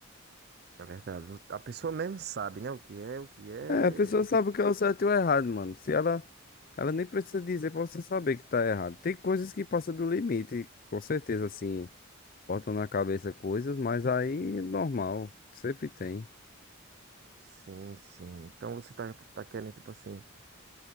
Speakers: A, on the right; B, on the left.
A: É verdade. vo- A pessoa mesmo sabe, né? O que é, o que é,
B: É, a pessoa
A: o
B: sabe
A: que.
B: o que é o certo e o errado, mano. Se ela, ela nem precisa dizer pra você saber que tá errado. Tem coisas que passam do limite, com certeza, assim. botam na cabeça coisas, mas aí é normal, sempre tem.
A: Sim, sim. Então você tá, tá querendo, tipo assim.